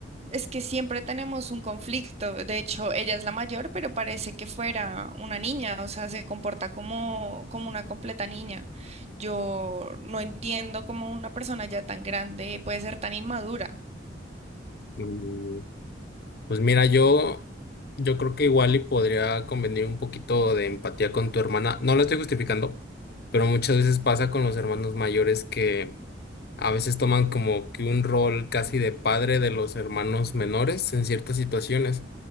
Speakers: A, on the right (about 35°); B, on the left (about 55°).
A: Es que siempre tenemos un conflicto. De hecho, ella es la mayor, pero parece que fuera una niña, o sea, se comporta como, como una completa niña. Yo no entiendo cómo una persona ya tan grande puede ser tan inmadura.
B: Mm, Pues mira, yo, yo creo que igual y podría convenir un poquito de empatía con tu hermana. No lo estoy justificando, pero muchas veces pasa con los hermanos mayores que A veces toman como que un rol casi de padre de los hermanos menores en ciertas situaciones